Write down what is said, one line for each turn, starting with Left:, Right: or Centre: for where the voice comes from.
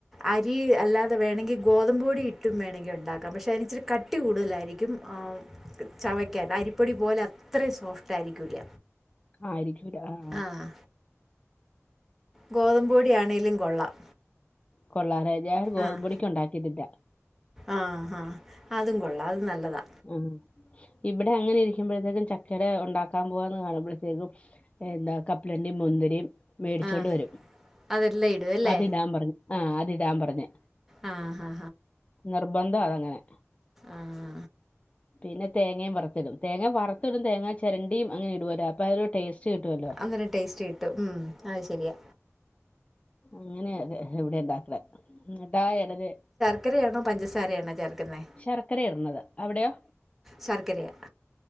Centre: അരി അല്ലാതെ വേണങ്കിൽ ഗോതമ്പ് പൊടി ഇട്ടും വേണങ്കിൽ ഉണ്ടാക്കാം പക്ഷെ അതിനിച്ചിരി കട്ടി കൂടുതലായിരിക്കും ആഹ് ചവയ്ക്കാൻ അരിപ്പൊടി പോലെ അത്രയും സോഫ്റ്റ് ആയിരിക്കൂല്ല.
Left: ആയിരിക്കൂല്ല ആഹ്
Centre: ആഹ് ഗോതമ്പ് പൊടി ആണെലും കൊള്ളാം
Left: കൊള്ളാലെ ഞാൻ ഗോതമ്പൊടിക്ക്
Centre: ആഹ്
Left: ഉണ്ടാക്കിയിട്ടില്ല
Centre: ആഹ് ആഹ് അതും കൊള്ളാം അതും നല്ലതാ
Left: ആഹ് ഇവിടെ അങ്ങനെ ഇരിക്കുമ്പഴത്തേക്കും ചക്കട ഉണ്ടാക്കാൻ പോവാന്ന് കാണുമ്പളത്തേക്കും എന്താ കപ്പലണ്ടിയും മുന്തിരിയും മേടിച്ചോണ്ട്
Centre: ആ
Left: വരും
Centre: അതെല്ലാം ഇടും അല്ലേ
Left: അതിടാൻ പറഞ് ആഹ് അതിടാൻ പറഞ്
Centre: ആ ഹാ
Left: നിർബന്ധ അതങ്ങനെ
Centre: ആഹ്
Left: പിന്നെ തേങ്ങയും വറത്തിടും തേങ്ങ വറുത്തിടും തേങ്ങാ ചരണ്ടിയും അങ്ങനെ ഇടുവല്ലോ അപ്പ ആ ഒരു ടേസ്റ്റ് കിട്ടുമല്ലോ
Centre: അങ്ങനെ ടേസ്റ്റ് കിട്ടുംഉം അത് ശരിയാ
Left: അങ്ങനെയെ ഇവിടെ ഉണ്ടാക്കണെ എന്നിട്ടാ ഇടല്
Centre: ചക്കരയാണോ പഞ്ചസാരയാണോ ചേർക്കുന്നെ
Left: ശർക്കരയാ ഇടുന്നത് അവിടെയോ?
Centre: ശർക്കരയാ